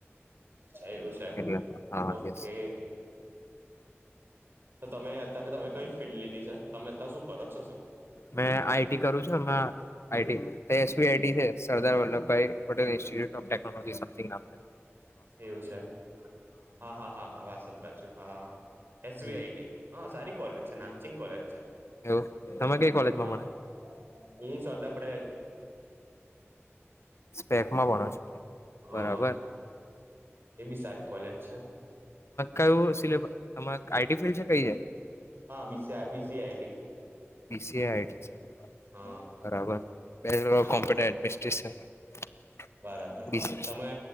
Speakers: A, on the right (about 55°); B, on the left (about 65°).
A: અચ્છા એવું છે
B: એટ હાસ.
A: ઓકે તો તમે અ કે તમે કઈ ફિલ્ડ લીધી છે તમે અ શું કરો છો શું?
B: મેં આઈટી કરું છું એમાં આઈટી એસવી આઈટી છે Sardar Vallabhbhai institute of technology સમમિંગમાં.
A: એવું છે હા હા હા હા વા. જ હા એસવીઆઈ
B: હમ
A: હ સારી કોલેજ છે નામચિંગ કોલેજ છે.
B: એવું તમે કઈ કોલેજમાં
A: હા
B: ભણો?
A: હું સરદ આપું
B: સ્પેકમાં ભણો છો બરાબર
A: હ. એ બી સારી કોલેજ છે.
B: કું સિલેબસ તમા આઈટી ફિલ્ડ છે કઈ જાય.
A: હા બિ બિસીઆ આટી.
B: <unintelligible>
A: હા હા બરાબર
B: બીસી
A: તમે